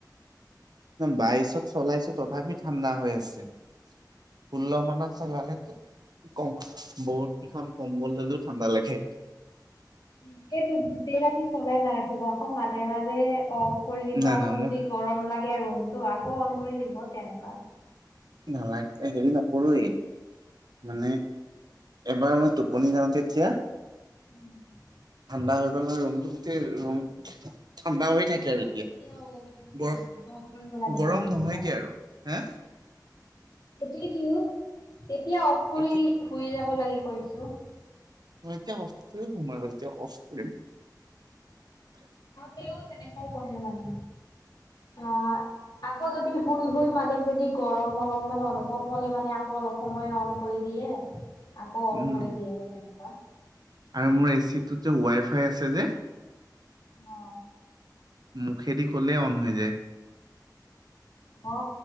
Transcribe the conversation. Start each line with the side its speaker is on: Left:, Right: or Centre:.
Right: বাইশত চলাইছো তথাপি ঠাণ্ডা হৈ আছে ষোল্ল মানত চলালেতো কম বহুত কিখন কম্বল ল'লেও ঠাণ্ডা লাগে
Left: তাকেতো গোটেই ৰাতি চলাই নাৰাখিব আকৌ মাজে মাজে অফ কৰি দিব
Right: নাই
Left: আকৌ
Right: নাই
Left: যদি
Right: মোক
Left: গৰম লাগে ৰুমটো আকৌ অন কৰি দিব তেনেকুৱা
Right: নালাগে হেৰি নকৰোঁৱেই মানে এবাৰ মই টোপনি যাওঁ তেতিয়া
Left: <inaudible>
Right: ঠাণ্ডা হৈ গ'লে ৰুমটো গোটেই ৰুম ঠাণ্ডা হৈ থাকে
Left: অ
Right: আৰু এতিয়া
Left: তেতিয়া অ
Right: গৰম
Left: নালাগে অফ কৰিব লাগে
Right: গৰম
Left: আৰু তেতিয়া
Right: নহয়গে আৰু হা
Left: সেইটোয়েতো তেতিয়া অফ কৰি
Right: এতিয়া
Left: শুই যাব লাগে কৈছোঁ
Right: অ এতিয়া অফ কৰিম শুম আৰু এতিয়া অফ কৰিম
Left: তেওঁ তেনেকুৱাই কৰে মানে অ আকৌ যদি শুই শুই মাজ যদি গৰম অলপমান অনুভৱ হ'লে মানে আকৌ অলপ সময় অন কৰি দিয়ে আকৌ অফ
Right: উম
Left: কৰি দিয়েগে তেনেকুৱা
Right: আৰু মোৰ এচি টোত যে ৱাই ফাই আছে যে
Left: অ
Right: মুখেদি ক'লে অন হৈ যায়।
Left: অ